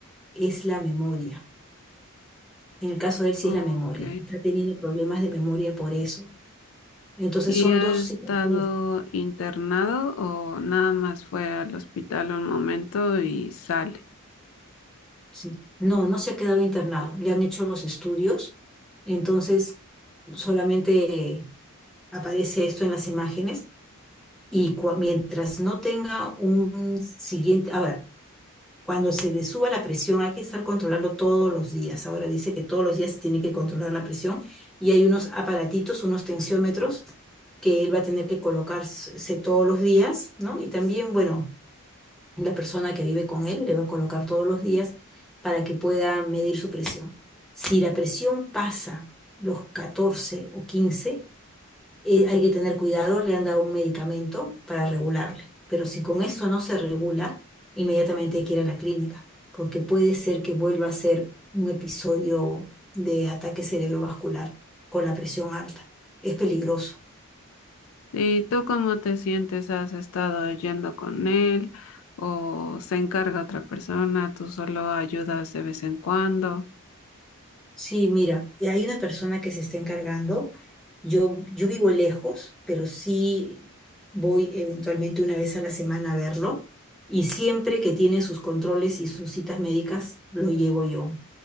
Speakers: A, in the centre; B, on the left (about 65°).
A: es la memoria. En el caso de él sí
B: Ok.
A: es la memoria. Está teniendo problemas de memoria por eso. Entonces
B: ¿Y
A: son
B: ha
A: dos
B: estado
A: situaciones.
B: internado o nada más fue al hospital un momento y sale?
A: sí. No, no se ha quedado internado. Le han hecho los estudios. Entonces solamente aparece esto en las imágenes. Y cua- mientras no tenga un siguiente... Ahora, cuando se le suba la presión hay que estar controlando todos los días. Ahora dice que todos los días se tiene que controlar la presión. Y hay unos aparatitos, unos tensiómetros que él va a tener que colocarse todos los días, ¿no? Y también, bueno. la persona que vive con él le va a colocar todos los días para que pueda medir su presión. Si la presión pasa los catorce o quince eh, hay que tener cuidado, le han dado un medicamento para regularle. Pero si con eso no se regula, inmediatamente hay que ir a la clínica, porque puede ser que vuelva a ser un episodio de ataque cerebrovascular con la presión alta. Es peligroso.
B: ¿Y tú cómo te sientes? ¿Has estado yendo con él o se encarga otra persona? ¿Tú solo ayudas de vez en cuando?
A: Sí, mira, hay una persona que se está encargando. Yo, yo vivo lejos, pero sí voy eventualmente una vez a la semana a verlo. Y siempre que tiene sus controles y sus citas médicas, lo llevo yo